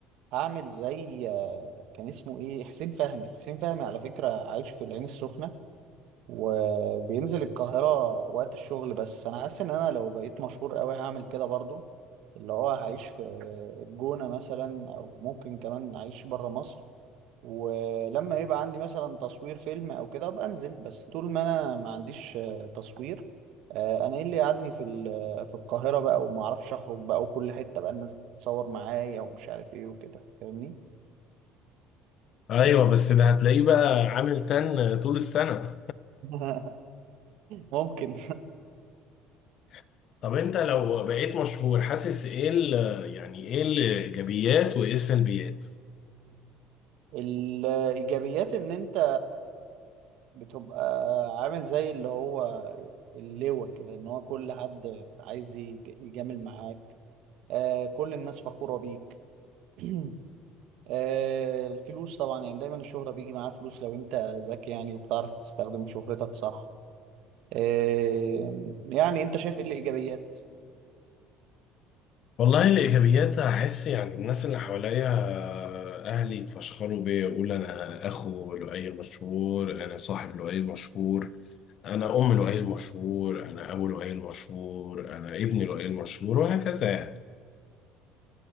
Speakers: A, on the right (about 65°); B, on the left (about 45°).
A: هعمل زي آه، كان اسمه ايه حسين فهمي حسين فهمي على فكرة عايش في العين السخنة وبينزل القاهرة وقت الشغل بس فانا حاسس ان انا لو بقيت مشهور قوي هعمل كده برضو اللي هو هعيش في الجونة مثلا او ممكن كمان اعيش بره مصر ولما يبقى عندي مثلا تصوير فيلم او كده ابقى انزل بس طول ما انا ما عنديش آه، تصوير آه، انا ايه اللي قعدني في ال- في القاهرة بقى وما اعرفش اخرج بقى وكل حتة بقى الناس بتتصور معايا ومش عارف ايه وكده فاهمني
B: ايوه بس ده هتلاقيه بقى عامل تن طول السنة
A: <laughs> ممكن
B: <laughs> طب انت لو بقيت مشهور حاسس ايه ال- يعني ايه الايجابيات وايه السلبيات
A: الإيجابيات إن أنت بتبقى عامل زي اللي هو اللواء كده إن هو كل حد عايز يج- يجامل معاك آه كل الناس فخورة بيك <clears throat> آه الفلوس طبعا يعني دايما الشهرة بيجي معاها فلوس لو أنت ذكي يعني وبتعرف تستخدم شهرتك صح آه يعني أنت شايف إيه الإيجابيات؟
B: والله الإيجابيات أحس يعني الناس اللي حواليا أهلي يتفشخروا بيا يقولوا أنا أخو لؤي مشهور أنا صاحب لؤي مشهور أنا أم لؤي مشهور أنا أبو لؤي مشهور أنا ابن لؤي مشهور وهكذا يعني